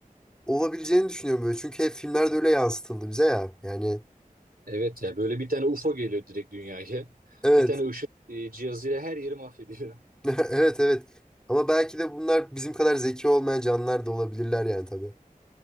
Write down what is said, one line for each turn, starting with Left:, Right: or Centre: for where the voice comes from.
Centre: olabileceğini düşünüyorum böyle. Çünkü hep filmlerde öyle yansıtıldı bize ya. Yani
Right: Evet ya böyle bir tane UFO geliyor direkt dünyaya.
Centre: evet.
Right: Bir tane ışık e, cihazıyla her yeri mahvediyor.
Centre: <laughs> Evet evet. Ama belki de bunlar bizim kadar zeki olmayan canlılar da olabilirler yani tabii.